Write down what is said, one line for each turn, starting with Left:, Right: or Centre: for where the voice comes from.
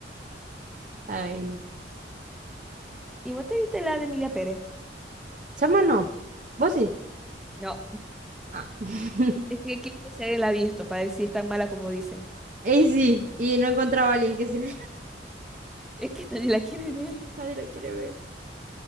Right: Ay, no.
Centre: ¿Y vos te viste la de Emilia Pérez?
Right: Chama, no. ¿Vos sí?
Centre: No.
Right: Ah. <laughs>
Centre: Es que quiero ver si alguien la ha visto para ver si es tan mala como dicen.
Right: Y sí, y no encontraba a alguien que sí la...
Centre: <laughs> Es que nadie la quiere ver.
Right: <laughs> nadie la quiere ver.